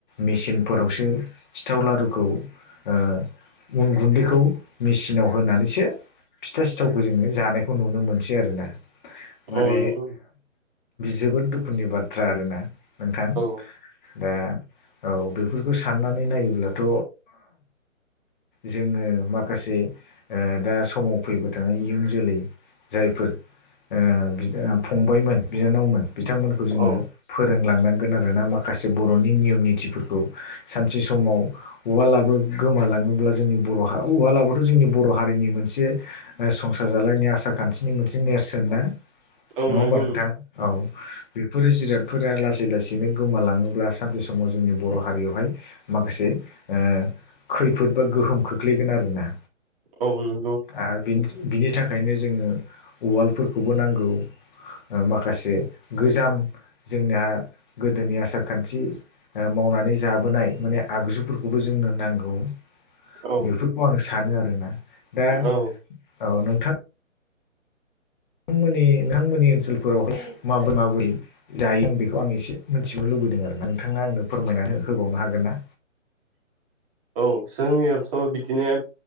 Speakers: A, on the left; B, on the right.
A: मेसिनफोरावसो सिथाव लारु खौ अन गुन्दैखौ मेसिनाव होनानैसो फिथा सिथावखौ जोङो जानायखौ नुनो मोनसै आरोना माने
B: औ नंगौ
A: जोबोद दुखुनि बाथ्रा आरोना नोंथां
B: औ
A: दा औ बेफोरखौ साननानै नायोब्लाथ' जोङो माखासे दा समाव फैबाय थानाय इयुन जोलै जायफोर ओ फंबायमोन बिनानावमोन बिथांमोनखौ जोङो
B: औ
A: फोरों लांनांगोन आरोना माखासे बर'नि नियम निथिफोरखौ सानसे समाव उवालाबो गोमालाङोब्ला जोंनि बर' हा उवलाबोथ' जोंनि बर' हारिनि मोनसे संसार जालायनाय आसार खान्थिनि मोनसे नेरसोन ना
B: औ
A: नङा
B: नंगौ
A: होमबा नोंथां औ बेफोरो जिराद फोरा लासै लासैनो गोमालाङोब्ला सानसे समाव जोंनि बर' हारियावहाय माखासे ओ खैफोद बा गोहोम खोख्लैगोन आरोना।
B: औ नं
A: ओ आरो बिनि थाखायनो जोङो उवालफोरखौबो नांगौ माखासे गोजाम जोंनिया गोदोनि आसार खान्थि मावनानै जाबोनाय माने आगजुफोरखौबो जोंनो नांगौ
B: औ
A: बेफोरखौ आं सानो आरोना। दा
B: औ
A: औ नोंथां मोननि नोंथांमोननि ओनसोलफोरावहाय माबोर माबोरै जायो आं बेखौ आं एसे मिथिनो लुबै दों आरो ना नोंथाङा आंनो फोरमायनानै होबावनो हागोन ना?
B: औ जोंनियावथ' बिदिनो